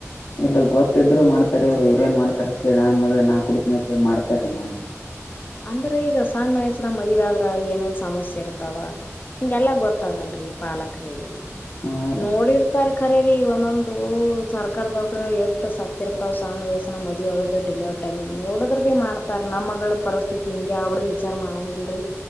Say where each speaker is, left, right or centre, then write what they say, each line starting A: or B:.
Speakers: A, on the left; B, on the left.
A: ಎಲ್ ಗೊತ್ತಿದ್ರು ಮಾಡ್ತಾರೆ ಅವ್ರು ಇವ್ರು ಮಾಡ್ತಾರೆ ಅಂತ ಹೇಳಿ ನನ್ ಮಗಳ ನಾ ಕುಡ್ತೀನಿಂತ ಮಾಡ್ತಾರೆ ಮಂದಿ.
B: ಅಂದ್ರೆ ಈಗ ಸಣ್ಣ ವಯಸ್ನಾಗ್ ಮದ್ವೆ ಆದ್ರ ಏನೇನ್ ಸಮಸ್ಯೆ ಇರ್ತಾವ. ಹಿಂಗೆಲ್ಲ ಗೊತ್ತಾಗಲ್ರೀ ಪಾಲಕ್ರಿಗೆ
A: ಹಾ ರೀ
B: ನೋಡಿರ್ ತಾರ್ ಕರೆರಿ ಒಂದೊಂದು ಸರ್ಕಾರದ ಎಟ್ ಸತ್ ಇರ್ತಾವ್ ಸಣ್ಣ ವ್ಯಸನಾಗ್ ಮದುವಿ ಡಿಲ್ ಟೈಮಿಗ್ ನೋಡದ್ರ್ ಭೀ ಮಾಡ್ತಾರ ನಮ್ಮ ಮಗಳ ಪರಿಸ್ಥಿತಿ ಹಿಂಗೆ ಅವ್ಡ್ದ ವಿಚಾರ್ ಮಾಡಂಗಿಲ್ರಿ.